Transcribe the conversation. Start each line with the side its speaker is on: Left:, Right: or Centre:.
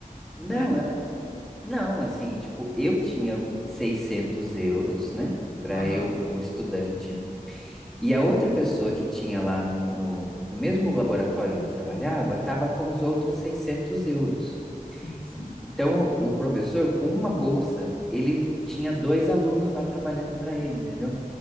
Centre: Não,
Left: né?
Centre: é- não, assim, tipo, eu tinha 600 euros, né, para
Left: Aham.
Centre: eu como estudante. E a outra pessoa que tinha lá no, no, no mesmo laboratório
Left: Sim,
Centre: que eu trabalhava
Left: sim.
Centre: estava com os outros 600 euros.
Left: Sim, sim.
Centre: E- Então, o professor, com uma bolsa, ele tinha dois alunos lá trabalhando para ele, entendeu?